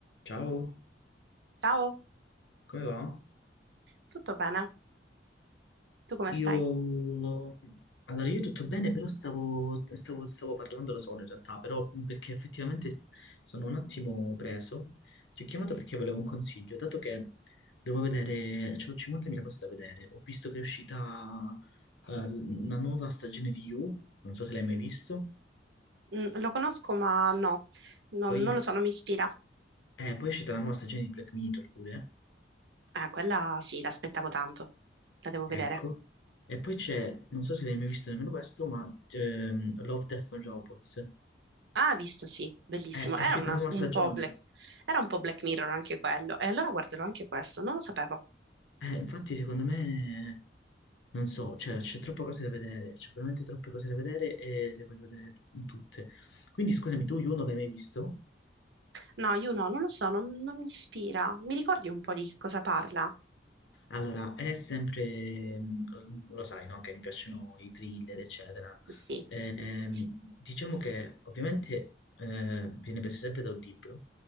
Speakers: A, on the left; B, on the right.
A: Ciao,
B: Ciao,
A: come va?
B: tutto bene? Tu come
A: Io,
B: stai?
A: allora io tutto bene, però stavo, stavo- stavo parlando da solo in realtà, però perché effettivamente sono un attimo preso. Ti ho chiamato perché volevo un consiglio, dato che devo vedere, c'ho 50.000 cose da vedere. Ho visto che è uscita eh, una nuova stagione di You, non so se l'hai mai visto.
B: Mm, lo conosco, ma no, non,
A: Poi,
B: non lo so, non mi ispira.
A: eh, poi è uscita la nuova stagione di Black Mirror pure,
B: Ah, quella sì, l'aspettavo tanto. La devo
A: ecco.
B: vedere.
A: E poi c'è, non so se l'hai mai visto nemmeno questo, ma ehm, Love, Death and Robots.
B: Ah, visto, sì, bellissimo.
A: Eh, è
B: Era
A: uscita
B: una-
A: la nuova stagione.
B: un po' Black, era un po' Black Mirror anche quello. E allora guarderò anche questo, non lo sapevo.
A: Eh, infatti, secondo me, non so, cioè, c'è troppe cose da vedere, c'è veramente troppe cose da vedere e le voglio vedere t- tutte. Quindi, scusami, tu, You non l'hai mai visto?
B: No, io no, non lo so, non, non mi ispira. Mi ricordi un po' di cosa parla?
A: Allora, è sempre, mh, lo sai, no? Che mi piacciono i thriller, eccetera.
B: Sì,
A: Ehm,
B: sì,
A: diciamo che ovviamente eh, viene preso sempre da un libro,